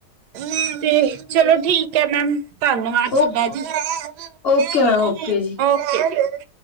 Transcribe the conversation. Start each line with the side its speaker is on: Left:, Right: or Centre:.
Right: <inaudible> ਤੇ ਚਲੋ ਠੀਕ ਹੈ ਮੈਮ ਧੰਨਵਾਦ
Left: ਓ
Right: ਤੁਹਾਡਾ ਜੀ
Left: ਓਕੇ
Right: <inaudible>
Left: ਮੈਮ ਓਕੇ ਜੀ।
Right: ਓਕੇ